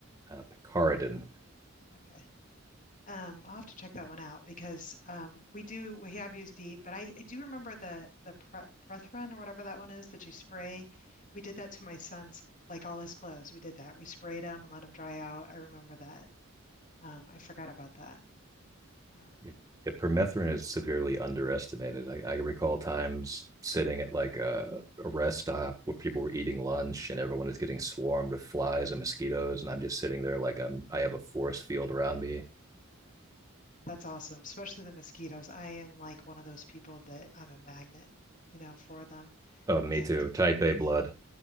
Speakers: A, on the right; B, on the left.
A: Uh, picaridin.
B: Okay. Um, I'll have to check that one out because um we do we have used DEET, but I, I do remember the the pre breath run or whatever that one is that you spray. We did that to my son's like all his clothes. We did that. We sprayed them and let them dry out. I remember that. Um, I forgot about that. Um,
A: Yep. Yep, permethrin is severely underestimated, I, I recall times sitting at like a, a rest stop where people were eating lunch and everyone is getting swarmed with flies and mosquitoes, and I'm just sitting there like I'm I have a force field around me
B: that's awesome, especially the mosquitoes. I am like one of those people that I'm a magnet, you know, for them.
A: Oh, me
B: And
A: too. Type A blood.
B: yeah.